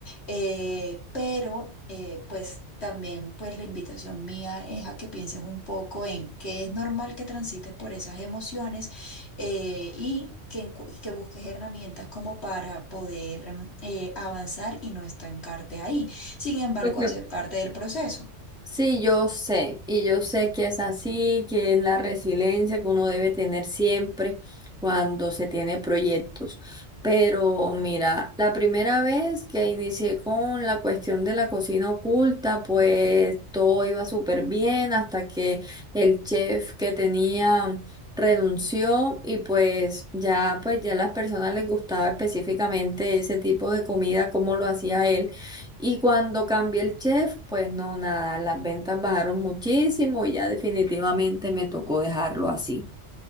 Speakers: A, on the left; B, in the centre.
A: Eh, pero eh, pues también pues la invitación mía es a que pienses un poco en que es normal que transites por esas emociones eh, y... Que, encu- que busques herramientas como para poder eh, avanzar y no estancarte ahí. Sin embargo,
B: lo que
A: hacer parte del proceso.
B: Sí, yo sé, y yo sé que es así, que es la resiliencia que uno debe tener siempre cuando se tiene proyectos. Pero mira, la primera vez que inicié con la cuestión de la cocina oculta, pues todo iba súper bien hasta que el chef que tenía renunció y pues ya, pues ya a las personas les gustaba específicamente ese tipo de comida, como lo hacía él. Y cuando cambié el chef, pues no, nada, las ventas bajaron muchísimo y ya definitivamente me tocó dejarlo así.